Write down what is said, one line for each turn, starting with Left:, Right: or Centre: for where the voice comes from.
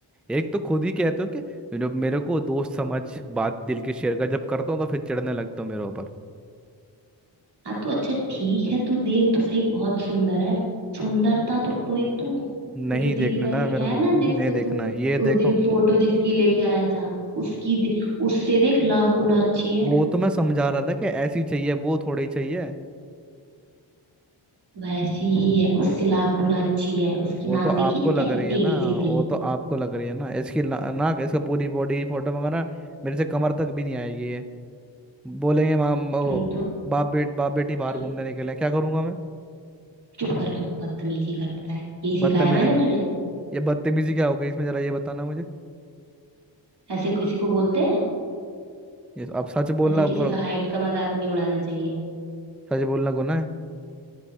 Centre: एक तो खुद ही कहते हो कि मेरे मेरे को दोस्त समझ बात दिल की शेयर कर जब करता हूँ तो फिर चिढ़ने लगता हूँ मेरे ऊपर
Right: हाँ तो अच्छा ठीक है तू देख तो सही बहुत सुंदर है सुंदरता तो तू एक तू
Centre: नहीं
Right: वो जो
Centre: देखना
Right: तेरी भाई
Centre: ना मेरे
Right: है
Centre: को
Right: ना जिसको
Centre: नहीं देखना
Right: तू
Centre: है ये देखो
Right: उस दिन फोटो जिसकी लेके आया था उसकी दे- उससे देख लाख गुना अच्छी है
Centre: वो तो मैं समझा रहा था कि ऐसी चाहिए वो थोड़ी चाहिए
Right: वैसी ही है उससे लाख गुना अच्छी है उसकी
Centre: वो
Right: नाक
Centre: तो आपको
Right: देखी थी
Centre: लग
Right: कैसे
Centre: रही
Right: टेढ़ी
Centre: है ना
Right: सी
Centre: वो
Right: थी
Centre: तो आपको लग रही है ना इसकी ना, नाक इसका पूरी बॉडी फोटो मंगाना मेरे से कमर तक भी नहीं आएगी ये बोलेंगे माम ओ,
Right: क्यों
Centre: बाप बेट बाप बेटी बाहर
Right: तू
Centre: घूमने निकले क्या करूंगा मैं
Right: चुप कर तू बदतमीजी करता है यही
Centre: बदतमीजी
Right: सिखाया मैंने
Centre: का
Right: तुझे
Centre: ये बदतमीजी क्या हो गई इसमें जरा ये बताना मुझे
Right: ऐसे किसी को बोलते हैं
Centre: ये अब सच बोलना
Right: ऐसे किसी
Centre: बुरा-
Right: का हाइट का मजाक नहीं उड़ाना चाहिए
Centre: सच बोलना गुनाह है